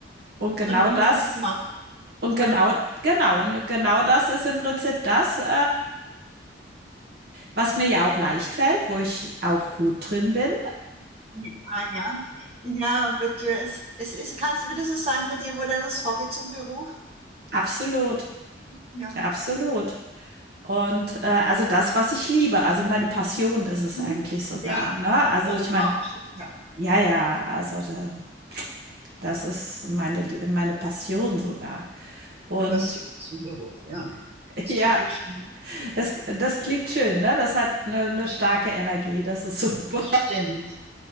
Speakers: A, on the right; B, on the right.
A: und genau
B: Und dann
A: das
B: hast du das gemacht,
A: und genau,
B: oder?
A: genau, und genau das ist im Prinzip das, äh, was mir ja auch leicht fällt, wo ich auch gut drin bin.
B: Ja, Ah ja. Ja, bitte. Es, es, es, kannst du mir so sagen, bei dir wurde das Hobby zum Beruf?
A: Absolut,
B: Ja.
A: absolut. Und äh, also das, was ich liebe, also meine Passion ist es
B: Mhm.
A: eigentlich sogar,
B: Ja.
A: ne? Also
B: Oh
A: ich meine,
B: wow. schön. Ja.
A: ja, ja, also da, Das ist meine, Lie- meine Passion sogar. Und
B: Die Passion zum Beruf, ja.
A: <laughs>
B: Das
A: ja,
B: klingt viel schöner.
A: das, das klingt schön, ne? Das hat eine, eine starke Energie, das ist <laughs> super.
B: Das stimmt.